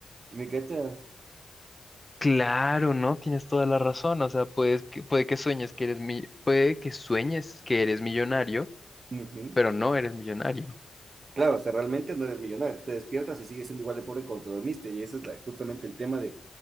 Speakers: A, on the right; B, on the left.
A: ¿Me cachas?
B: Claro, ¿no? Tienes toda la razón. O sea, puedes que, puede que sueñes que eres mi, puede que sueñes que eres millonario,
A: Ujú.
B: pero no eres millonario.
A: Claro, o sea, realmente no eres millonario, tú te despiertas y sigues siendo igual de pobre cuando te dormiste, y ese es la- justamente el tema de,